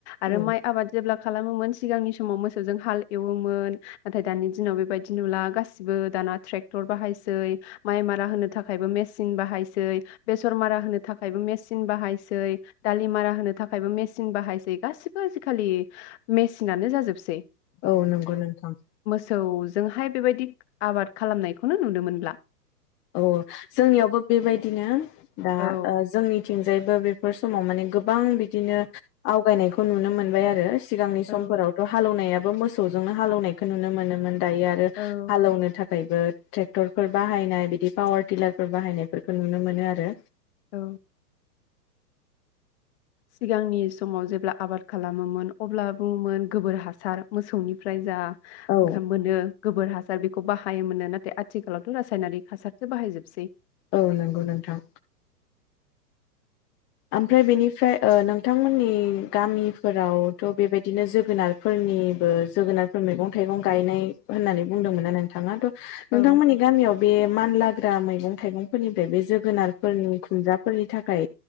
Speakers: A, on the left; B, on the left.
A: औ
B: आरो माइ आबाद जेब्ला खालामोमोन सिगांनि समाव मोसौजों हालि एवोमोन नाथाय दानि दिनाव बेबायदि नुला गासिबो दाना ट्रेक्टर बाहायसै माइ मारा होनो थाखायबो मेसिन बाहायसै बेसर मारा होनो थाखायबो मेचिन बाहायसै दालि मारा होनो थाखायबो मेचिन बाहायसै गासिबो आजिखालि मेसिनानो जाजोबसै।
A: औ नंगौ नोंथां।
B: सौ जोंहाय बेबायदि आबाद खालामनायखौनो नुनो मोनब्ला।
A: औ जोंनियावबो बेबायदिनो दा
B: औ
A: ओ जोंनिथिंजाय बो बेफोर समाव माने गोबां बिदिनो आवगायनायखौ नुनो मोनबाय आरो। सिगांनि
B: औ
A: समफोरावथ' हालौनायाव बो मोसौजोंनो हालौनायखौ नुनो मोनोमोन। दायो आरो
B: औ
A: हालौवनो थाख बो ट्रेक्टरफोर बाहायनाय बि दि पावार टिलारफोर बाहायनायफोरखौ नुनो मोनो आरो।
B: औ। सिगांनि समाव जेब्ला आबाद खालामोमोन अब्ला बुङोमोन गोबोर हासार मोसौनिफ्राय जा
A: औ
B: ओंखाम मोनो गोबोर हासार बेखौ बाहायोमोननो नाथाय आथिखालावथ' रासायनारिक हासारसो बाहायजोबसै।
A: औ नंगौ नोंथां। ओमफ्राय बेनिफ्राय ओ नोंथांमोननि गामिफोरावथ' बेबायदिनो जोगोनारफोरनिबो जोगोनारफोर मैगं थाइगं गायनाय होननानै बुंदोंमोना नोंथाङा नोंथांमोननि
B: औ औ
A: गामियाव बे मानला ग्रा मैगं थाइगंफोरनिफ्राय बे जोगोनारफोरनि खुमगब्राफोरनि थाखाय